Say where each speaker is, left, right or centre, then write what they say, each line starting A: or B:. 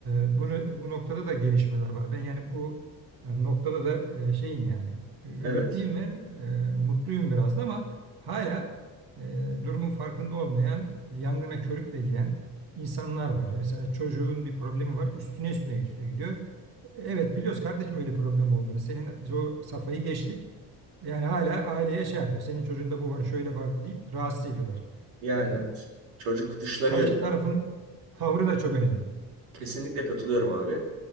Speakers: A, on the right; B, on the right.
A: E, bunu, bu noktada da gelişmeler var. Ben yani bu e, noktada da e, şeyim yani ü-
B: evet.
A: ümitliyim ve e, mutluyum biraz da ama hala e, durumun farkında olmayan, yangına körükle giden insanlar var. Mesela çocuğun bir problemi var, üstüne üstüne üstüne gidiyor. Evet biliyoruz kardeşim öyle problem olduğunu. Senin biz o safhayı geçtik. Yani hala aileye şey yapıyor. Senin çocuğunda bu var, şöyle var deyip rahatsız ediyorlar.
B: Yani
A: E,
B: evet. Çocuk dışlanıyor.
A: karşı tarafın tavrı da çok önemli.
B: Kesinlikle katılıyorum abi.